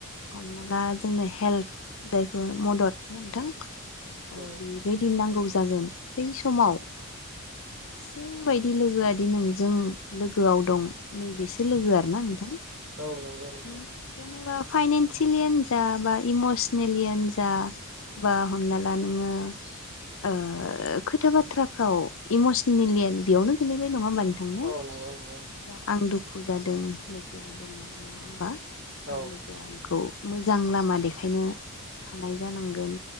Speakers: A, on the left; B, on the right.
A: हमना ला जोंनो हेल्प जायखौ मदद माने नोंथां
B: औ
A: ओ
B: औ
A: बेबायदि नांगौ जागोन बै समाव सोरबायदि लोगो आदि नोंजों लोगोआव दं नैबेसो लोगो आरोना नोंथां
B: औ नंगौ नंगौ
A: नों जेनेबा फाइनेन्सियेलियानो जा बा इमस्नेलियानो जा बा हमना ला नोंङो ओ खोथा बाथ्राफ्राव इमस्नेलियानो बेयावनो गोलैबाय नंङा होमबा नोंथां ने?
B: औ नंगौ नंगौ
A: दा आं दुखु जादों लोगोआ दंङ नंङा होमबा दा
B: औ
A: लोगो आ खौ मोजां लामा देखायनो हानाय जानांगोन